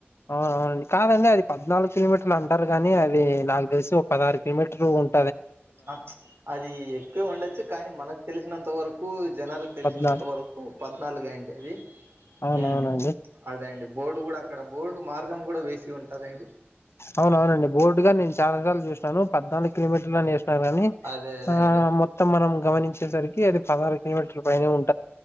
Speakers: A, on the left; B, on the right.
A: అవును అవునండి కాదండి అది పద్నాలుగు కిలోమీటర్లు అంటారు గానీ అది నాకు. తెలిసి ఒక పదహరు కిలోమీటర్ ఉన్.
B: ప్చ్ అది ఎక్కువె ఉండొచ్చు కానీ మనకు తెలిసినంత వరకు. జనాలకు తెలిసినంత
A: పద్నాలుగు
B: వరకు పద్నాలుగే అండి అది.
A: అవునవునండి
B: ఉమ్ అదే అండి బోర్డు గూడా అక్కడ బోర్డు మార్గం గూడా వేసి ఉంటదండి.
A: అవునవునండి బోర్డుగా నేను చానా సార్లు చూసినను పద్నాలుగు కిలోమీటర్లు అనేసు. వుంటదని
B: అదే అదే
A: ఆహ్
B: అండి
A: మొత్తం మనం గమనించేసరికి అది పదహారు కిలోమీటర్ల పైనె ఉన్.